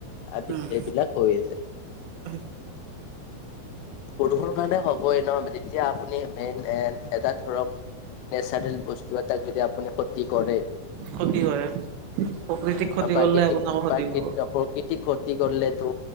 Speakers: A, on the right; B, on the left.
A: উম
B: আদি এইবিলাক হৈ আছে
A: <unintelligible>
B: সৰু সৰু কাৰণে হ'ব এ ন যেতিয়া আপুনি মেইন এন এটা ধৰক নেচাৰেল বস্তু এটাক যদি আপুনি ক্ষতি কৰে
A: ক্ষতি হয় প্ৰকৃতিক ক্ষতি
B: অ প্ৰাকৃতিক
A: কৰিলে আপোনাকো ক্ষতি
B: প্ৰাকৃতি
A: কৰিব
B: প্ৰকৃতিক কৰিলে তো